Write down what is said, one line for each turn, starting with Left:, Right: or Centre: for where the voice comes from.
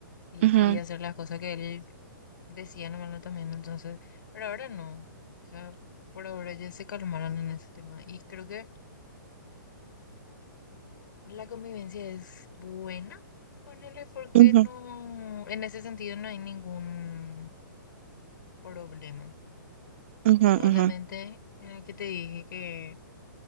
Left: Y él
Right: ujú.
Left: quería hacer las cosas que él decía nomás también, entonces, pero ahora no. O sea, por ahora ya se calmaron en ese tema. Y creo que la convivencia es buena, ponele porque
Right: Ujú,
Left: no, en ese sentido no hay ningún problema.
Right: ujú,
Left: Solamente
Right: ujú.
Left: en el que te dije que